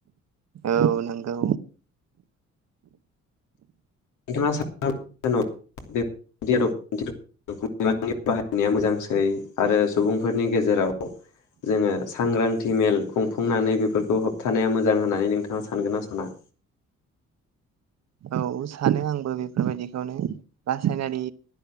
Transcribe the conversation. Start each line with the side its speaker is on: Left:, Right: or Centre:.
Right: औ नोंगौ।
Left: नोंथाङा <unintelligible> बेफोर <unintelligible> जेराव <unintelligible> बाहायनाया मोजांसै आरो सुबुंफोरनि गेजेराव जोङो सांग्रांथि मेल खुंफुंनानै बेफोरखौ होबथानाया मोजां होननानै नोंथाङा सानगोन ना साना?
Right: औ सानो आंबो बेफोरबायदिखौनो रासायनारि